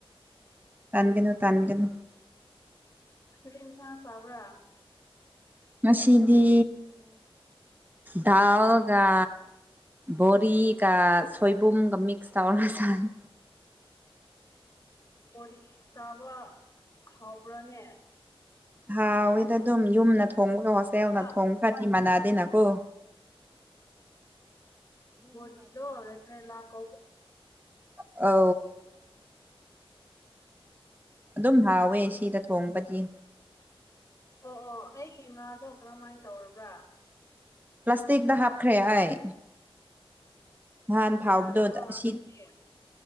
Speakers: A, on the right; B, on the left.
A: ꯇꯟꯒꯅꯨ ꯇꯟꯒꯅꯨ
B: ꯀꯤꯟꯁꯥꯡ ꯆꯕ꯭ꯔ
A: ꯉꯁꯤꯗꯤ ꯗꯥꯜꯒ ꯕꯣꯔꯤꯒ ꯁꯣꯏꯕꯨꯝꯒ ꯃꯤꯛꯁ ꯇꯧꯔꯒ ꯆꯥꯅ
B: ꯣ ꯆꯥꯕ ꯍꯥꯎꯕ꯭ꯔꯥꯅꯦ
A: ꯍꯥꯎꯋꯦꯗ ꯑꯗꯨꯝ ꯌꯨꯝꯅ ꯊꯣꯡꯕ ꯍꯣꯁꯦꯜꯅ
B: ꯍꯥ
A: ꯊꯣꯡ ꯐꯥꯇꯤ ꯃꯥꯟ ꯅꯀꯣ
B: ꯍꯣꯠꯗꯣ ꯍꯠꯇꯦ ꯂꯥꯛ꯭ꯔꯣ
A: ꯑ ꯑꯗꯨꯝ ꯍꯥꯎꯋꯦ
B: ꯎꯝ
A: ꯁꯤꯗ ꯊꯣꯡꯕꯗꯤ
B: ꯑꯣ ꯑꯣ ꯑꯩꯒꯤ ꯉꯥꯗꯣ ꯀꯔꯃꯥꯏꯅ ꯇꯧꯔꯕ꯭ꯔꯥ
A: ꯄ꯭ꯂꯥꯁꯇꯤꯛꯇ ꯍꯥꯞꯈ꯭ꯔꯦ ꯑꯩ ꯅꯍꯥꯟ
B: ꯑꯣ
A: ꯐꯥꯎꯕꯗꯣ
B: ꯌꯥꯔꯕ꯭ꯔꯣ ꯍꯧꯖꯤꯛꯇꯤ
A: ꯁꯤ